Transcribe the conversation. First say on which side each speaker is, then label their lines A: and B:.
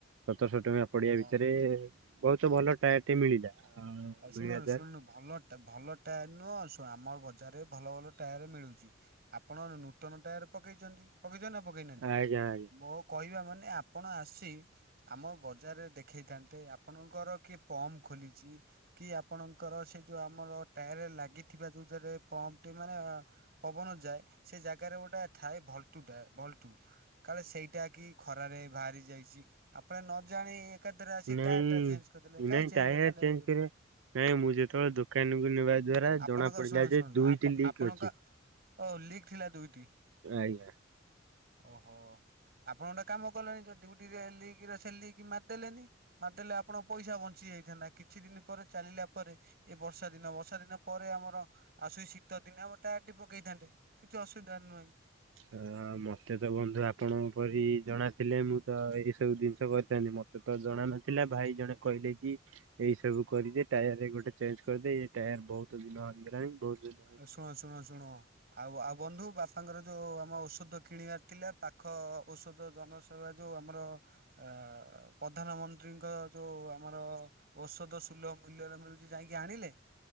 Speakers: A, on the right; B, on the right.
A: ସତରଶହ ଟଙ୍କା ପଡିଆ
B: ଓ
A: ଭିତରେ-ଏ ବହୁତ ଭଲ ଟାୟାର୍ ଟେ ମିଳିଲା। ଆ,
B: ଆରେ ଶୁଣରେ
A: ମିଳିବା ଦ୍ୱାରା
B: ଶୁନୁବା ଭଲ -ଭଲ ଟାୟାର୍ ନୁହଁ, ସୋ ଆମ ବଜାରରେ ଭଲ ଭଲ ଟାୟାର ମିଳୁଚି। ଆପଣ ନୂତନ ଟାୟାର ପକେଇଚନ୍ତି, ପକେଇଚନ୍ତି ନା ପକେଇନାହାଁନ୍ତି?
A: ଆଜ୍ଞା ଆଜ୍ଞା
B: ମୋ କହିବା ମାନେ, ଆପଣ ଆସି ଆମ ବଜାରରେ ଦେଖେଇଥାନ୍ତେ। ଆପଣଙ୍କର କିଏ ପମ୍ପ ଖୋଲିଚି? କି ଆପଣଙ୍କର, ସେ ଯୋଉ ଆମର ଟାୟାର୍ ରେ ଲାଗିଥିବା, ଯୋଉ ଧେରେ ପମ୍ପଟି ମାନେ ପବନ ଯାଏ। ସେ ଜାଗାରେ ଗୋଟେ ଥାଏ, ଭଲ୍ଟୁ ଟାୟାର ଭଲ୍ଟୁ କାଳେ ସେଇଟା କି ଖରାରେ ବାହାରି ଯାଇଛି। ଆପଣ ନ ଜାଣି ଏକା ଥରେ ଆସି
A: ନାଇଁ
B: ଟାୟାର୍ ଟା ଚେଞ୍ଜ କରିଦେଲେ, କାଇଁ
A: ନାଇଁ
B: ଚେଞ୍ଜ୍
A: ଟାୟାର
B: ମାନେ
A: ଚେଞ୍ଜ
B: ଏଇ
A: କରିବା ନାଇଁ, ମୁଁ ଯେତବେଳେ ଦୋକାନ କୁ ନେବା ଦ୍ଵାରା
B: ଆପଣଙ୍କର
A: ଜଣା ପଡିଲା
B: ଶୁଣୁ
A: ଯେ,
B: ଶୁଣୁ
A: ଦୁଇଟି ଲିକ୍
B: ଆପଣଙ୍କ
A: ଅଛି।
B: ଓ ଲିକ୍ ଥିଲା ଦୁଇଟି
A: ଆଜ୍ଞା,
B: ଓହୋ! ଆପଣ ଗୋଟେ କାମ କଲେଣି, ଯେ ଡଉଟିରେ ଲିକ୍ ରେ ଥିଲି ଲିକ୍ ମାରିଦେଲେନି? ମାର୍ ଦେଲେ ଆପଣଙ୍କ ପଇସା ବଞ୍ଚି ଯାଇଥାନ୍ତା। କିଛି ଦିନି ପରେ ଚାଲିଲା ପରେ, ଏ ବର୍ଷା ଦିନ ବଷ୍ ଷା ଦିନ ପରେ ଆମର ଆସୁସି ଶୀତ ଦିନ, ଆମର ଟାର୍ ଟି ପକେଇଥାନ୍ତେ? କିଛି ଅସୁବିଧା ନୁହେଁ।
A: ଆ, ମତେ ତ ବନ୍ଧୁ ଆପଣଙ୍କ ପରି ଜଣାଥିଲେ, ମୁଁ ତ ଏଇ ସବୁ ଜିନିଷ କରିଥାନ୍ତି। ମତ୍ ସେତଳେ ଜଣା ନଥିଲା, ଭାଇ ଜଣେ କହିଲେ କି ଏଇ ସବୁ କରିଦେ, ଟାୟାର ରେ ଗୋଟେ ଚେଞ୍ଜ୍ କରିଦେ। ଏ ଟାୟାର୍ ବହୁତ ଦିନ ହେଇଗଲାଣି। ବହୁତ ଦି
B: ଏ ଶୁଣ ଶୁଣ ଶୁଣ ଆଉ, ଆଉ ବନ୍ଧୁ, ବାପାଙ୍କର ଯୋଉ ଆମ ଔଷଧ କିଣିବାର ଥିଲା, ପାଖ ଔଷଧ ଜନ ସେବା ଯଉ ଆମର ଆ, ପ୍ରଧାନମନ୍ତ୍ରୀଙ୍କ ଯଉ ଆମର ଔଷଧ ସୁଲଭ ମୂଲ୍ୟରେ ମିଳୁଚି, ଯାଇକି ଆଣିଲେ?